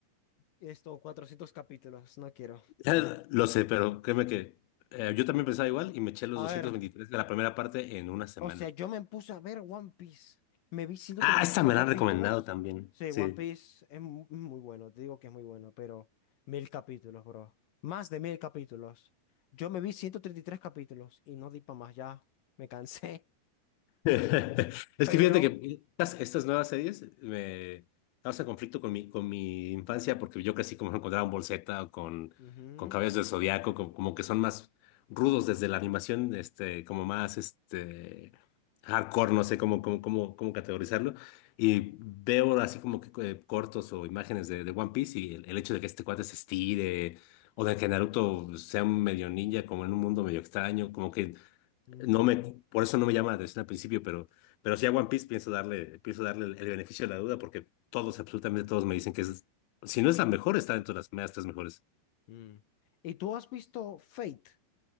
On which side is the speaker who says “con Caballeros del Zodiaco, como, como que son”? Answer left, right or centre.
Left